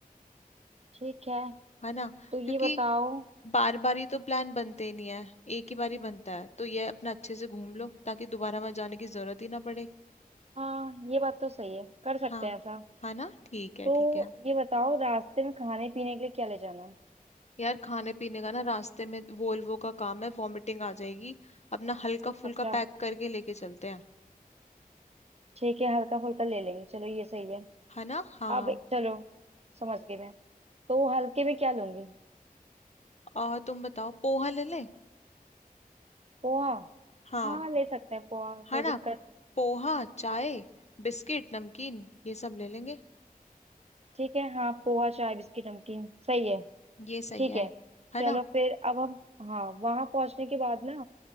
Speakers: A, on the right (about 45°); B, on the left (about 45°).
A: ठीक है
B: है ना
A: तो ये
B: क्योंकि
A: बताओ
B: बार बार ही तो प्लान बनते ही नहीं है एक ही बार ही बनता है तो ये अपना अच्छे से घूम लो ताकि दोबारा वहां जाने की जरूरत ही ना पड़े
A: हाँ ये बात तो सही है कर सकते
B: हाँ
A: हैं ऐसा
B: है ना ठीक है
A: तो
B: ठीक है
A: ये बताओ रास्ते में खाने पीने के लिए क्या ले जाना है
B: यार खाने पीने का ना रास्ते में वोल्वो का काम है वॉमिटिंग आ जाएगी अपना हल्का फुल्का
A: अच्छा
B: पैक करके लेके चलते हैं
A: ठीक है हल्का फुल्का ले लेंगे चलो ये सही है
B: है ना हाँ
A: अब चलो समझ गई मैं तो हल्के में क्या लूंगी
B: और तुम बताओ पोहा ले ले
A: पोहा
B: हाँ
A: हाँ ले सकते हैं पोहा
B: है
A: कोई
B: ना
A: दिक्कत नहीं
B: पोहा चाय बिस्किट नमकीन ये सब ले लेंगे
A: ठीक है हाँ पोहा चाय बिस्किट नमकीन सही है
B: ये सही
A: ठीक
B: है
A: है
B: है
A: चलो
B: ना
A: फिर अब हम हाँ वहां पहुंचने के बाद ना